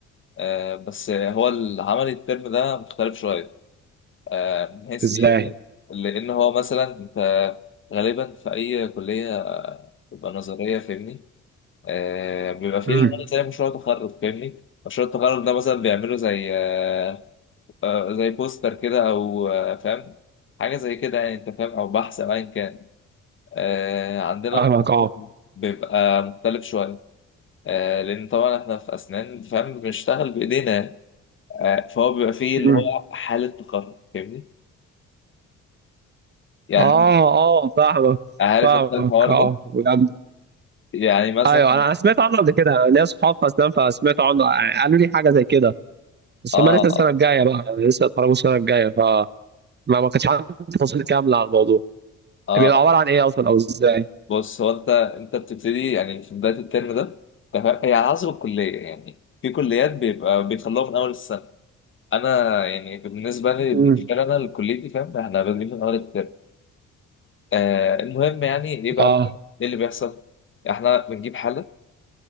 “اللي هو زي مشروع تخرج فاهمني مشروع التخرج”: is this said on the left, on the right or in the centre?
Left